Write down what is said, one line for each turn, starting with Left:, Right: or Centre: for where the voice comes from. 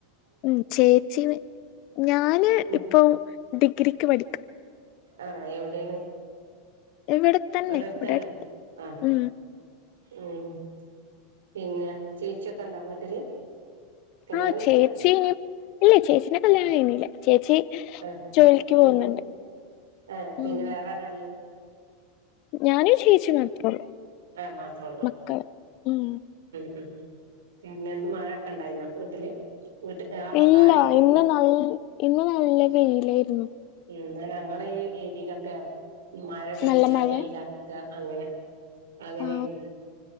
Left: ഉം ചേച്ചി ഞാന്
Right: എന്ത്
Left: ഇപ്പ ഡിഗ്രിക്ക് പഠിക്കും.
Right: ആഹ എവിടെയാണ്.
Left: ഇവിടെത്തന്നെ.
Right: തൊട്ടടുത്തന്നെയാണ്
Left: ഇവിടെടുത്ത്
Right: ആഹ്
Left: ഉം?
Right: ഉം പിന്നെ ചേച്ചിയൊക്കെ ഇണ്ടാ വീട്ടില്? കല്യാണം
Left: ആഹ
Right: കഴിച്ചതാ
Left: ചേച്ചീ ഇനി ഇല്ല ചേച്ചിൻ്റെ കല്യാണം കഴിഞ്ഞിനില്ല ചേച്ചി
Right: ആഹ്
Left: ജോലിക്ക് പോകുന്നുണ്ട്.
Right: എന്ത് ആഹ്
Left: ഉം
Right: പിന്നെ വേറെ ആരാ ഉള്ളത്
Left: ഞാനും ചേച്ചി മാത്രേള്ളൂ.
Right: ആഹ് മാത്രേ
Left: മ ക്കള് ഉം
Right: മ് പിനെന്നു മഴൊക്കെ ഇണ്ടായിന്നാ വീട്ടില്? വീട്ട് ആ
Left: ഇല്ല
Right: ആ ഏരിയയില്
Left: ഇന്ന് നല് ഇന്ന് നല്ല വെയിലായിരുന്നു.
Right: ഇന്നലെ ഞങ്ങടെ ഈ ഏരിയയിലൊക്കെ മഴ പെയ്യ
Left: നല്ല മഴ
Right: വെയിലറക്ക അങ്ങനെ അങ്ങനെയന്ന്
Left: ആ